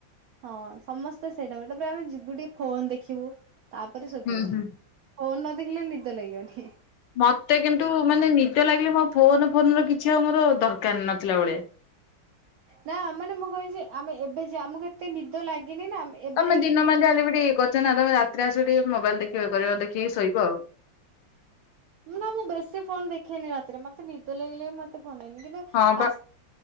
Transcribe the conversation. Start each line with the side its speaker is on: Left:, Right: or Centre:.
Right: ହଁ ସମସ୍ତେ ସେଇଟା ତାପରେ ଆମେ ଯିବୁ ଟିକେ ଫୋନ ଦେଖିବୁ ତାପରେ ଶୋଇ
Left: ହୁଁ
Right: ପଡିବୁ।
Left: ହୁଁ।
Right: ହଉ ନ ଦେଖିଲେ ନିଦ ଲାଗିବନି।
Left: ମତେ କିନ୍ତୁ ମାନେ ନିଦ ଲାଗିଲେ ମୋ ଫୋନ ଫୋନର କିଛି ଆଉ ମୋର ଦରକାର ନଥିଲା ଭଳିଆ।
Right: ନା ମାନେ ମୁଁ କହିଛେ ଆମେ ଏବେ ଯେ ଆମକୁ ଏତେ ନିଦ ଲାଗିନି ନା। ଆମେ ଏବେ
Left: ତମେ
Right: ଯାଇକି
Left: ଦିନ
Right: ଟିକେ ଫୋନ
Left: ମାନ
Right: ଦେଖିବା।
Left: ଯାହାହେଲେ ବି ଟିକେ ଇଏ କରିଛ ନା ତମେ ରାତିରେ ଆସିବ ଟିକେ ମୋବାଇଲ ଦେଖିବ ଇଏ କରିବ ଦେଖିକି ଶୋଇବ ଆଉ।
Right: ନା ମୁଁ ବେଶୀ ଫୋନ ଦେଖେନି ରାତିରେ। ମତେ ନିଦ ଲାଗିଲେ ବି ମତେ ଅନେଇନି କିନ୍ତୁ
Left: ହଁ
Right: ଆ